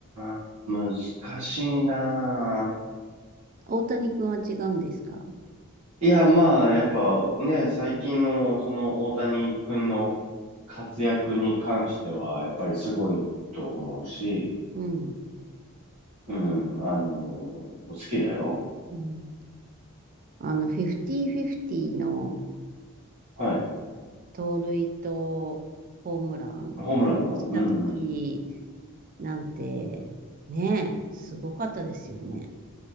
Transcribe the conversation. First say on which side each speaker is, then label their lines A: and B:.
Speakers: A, on the right; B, on the right.
A: あ、難しいな。
B: 大谷君は違うんですか
A: いや、まあ、やっぱね、最近のその大谷君の活躍に関しては、やっぱりすごいと思うし、
B: うん。
A: うん、あの、好きだよ。
B: うん。あの、フィフティフィフティの
A: はい。
B: 盗塁とホームラン
A: ホームランの。
B: したとき
A: うんうん。
B: なんて、ねすごかったですよね。